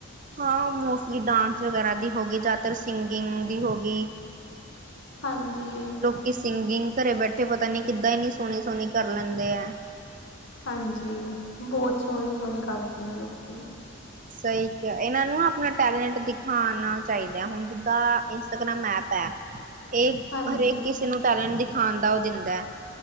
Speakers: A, on the right; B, on the left.
A: ਹਾਂ, ਮੋਸਟਲੀ ਡਾਂਸ ਵਗੈਰਾ ਦੀ ਹੋ ਗਈ ਜ਼ਿਆਦਾਤਰ ਸਿੰਗਿੰਗ ਦੀ ਹੋ ਗਈ।
B: ਹਾਂਜੀ।
A: ਕਿ ਸਿੰਗਿੰਗ ਘਰੇ ਬੈਠੇ ਪਤਾ ਨੀ ਕਿੱਦਾਂ ਇੰਨੀ ਸੋਹਣੀ-ਸੋਹਣੀ ਕਰ ਲੈਂਦੇ ਆ।
B: ਹਾਂਜੀ ਬਹੁਤ ਸੋਹਣੀ-ਸੋਹਣੀ ਕਰਦੇ ਹਾਂ ਲੋਕੀ।
A: ਸਹੀ ਕਿਹਾ ਇਹਨਾਂ ਨੂੰ ਆਪਣਾ ਟੈਲੈਂਟ ਦਿਖਾਉਣਾ ਚਾਹੀਦਾ ਹੁਣ ਜਿੱਦਾਂ ਇੰਸਟਾਗ੍ਰਾਮ ਐਪ ਇਹ
B: ਹਾਂਜੀ,
A: ਹਰੇਕ ਕਿਸੇ ਨੂੰ ਟੈਲੈਂਟ ਦਿਖਾਉਣ ਦਾ ਉਹ ਦਿੰਦਾ।